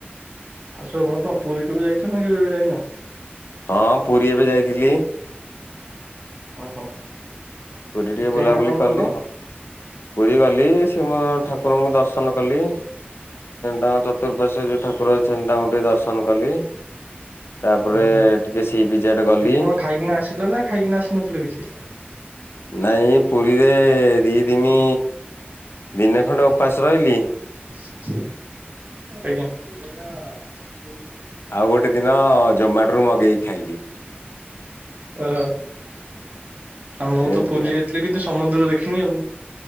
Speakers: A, on the right; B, on the left.
A: ଆଉ ସବୁ ଭଲ ପୁରୀ କେବେ ଯାଇଛ ନା କେବେ କେବେ ଯାଇନ?
B: ହଁ ପୁରୀ ଏବେ ଯାଇଥିଲି।
A: ଓହୋ।
B: ପୁରୀ ଟିକେ
A: ସେଠି
B: ବୁଲାବୁଲି
A: ଏଇନା କଣ
B: କଲି
A: କଲ
B: ଆଉ। ପୁରୀ ଗଲି ଶ୍ରୀମ ଠାକୁରଙ୍କୁ ଦର୍ଶନ କଲି ଏ ତାଙ୍କ ଚତୁର୍ପାଶ୍ଵରେ ଯୋଉ ଠାକୁର ଅଛନ୍ତି ତାଙ୍କୁ ଟିକେ ଦର୍ଶନ କଲି। ତାପରେ
A: ଉଁ
B: ଟିକେ ସି ବିଚ୍ ଆଡେ ଗଲି।
A: ସେଠି କଣ ଖାଇକିନା ଆସିଲ ନା ଖାଇକିନା ଆସିନଥିଲ କିଛି?
B: ନାଇଁ ପୁରୀରେ ଦି ଦିନି ଦିନେ ଖଣ୍ଡେ ଉପାସ ରହିଲି
A: ଆଜ୍ଞା।
B: ଆଉ ଗୋଟେ ଦିନ ଜୋମାଟୋରୁ ମଗେଇକି ଖାଇଲି।
A: ଓହୋ ଆଉ ମୁଁ
B: ଏମିତି
A: ତ ପୁରୀ
B: ଆଉ।
A: ଯାଇଥିଲି କିନ୍ତୁ ସମୁଦ୍ର ଦେଖିନି ଆଉ।